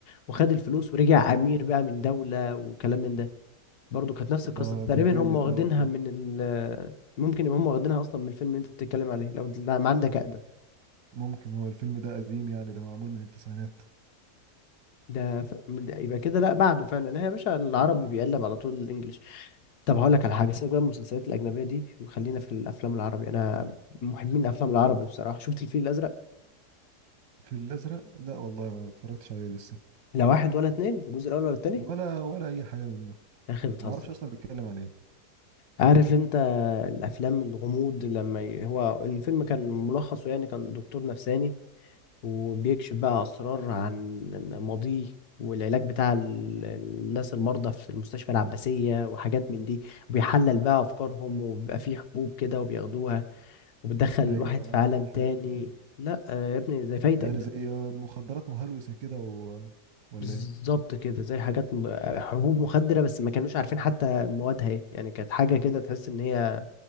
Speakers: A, on the left (about 70°); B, on the right (about 80°).
A: وخد الفلوس ورجع أمير بقى من دولة وكلام من ده برضه كانت نفس القصة
B: آه
A: تقريبا
B: ده جامد
A: هم واخدينها
B: ده والله
A: من ال ممكن يبقى هم واخدينها أصلا من الفيلم اللي أنت بتتكلم عليه لو لا ما عندك أقدم
B: ممكن هو الفيلم ده قديم يعني ده معمول من التسعينات
A: ده ف... ده يبقى كده لا بعده فعلا هي يا باشا العربي بيقلب على طول الإنجليش طب هقول لك على حاجة سيبك بقى من المسلسلات الأجنبية دي وخلينا في الأفلام العربي أنا محبين الأفلام العربي بصراحة شفت الفيل الأزرق
B: في الأزرق لا والله ما اتفرجتش عليه لسه
A: لا واحد ولا اتنين الجزء الاول ولا التاني
B: ولا ولا أي حاجة منه
A: يا اخي بتهزر
B: ما أعرفش أصلا بيتكلم عن إيه
A: عارف انت الافلام الغموض لما ي... هو الفيلم كان ملخصه يعني كان دكتور نفساني وبيكشف بقى اسرار عن ماضيه والعلاج بتاع ال- الناس المرضى في المستشفى العباسية وحاجات من دي وبيحلل بقى افكارهم وبيبقى فيه حبوب كده وبياخدوها وبتدخل الواحد
B: أيوه
A: في
B: عارف
A: عالم
B: الحاجات
A: تاني
B: دي آه.
A: لا آه، يا ابني زي فايتك
B: يعني
A: ده.
B: زي مخدرات مهلوسة كده و... ولا
A: بالظبط
B: إيه
A: كده زي حاجات م- حبوب مخدرة بس ما كانوش عارفين حتى موادها ايه يعني كانت حاجة كده تحس ان هي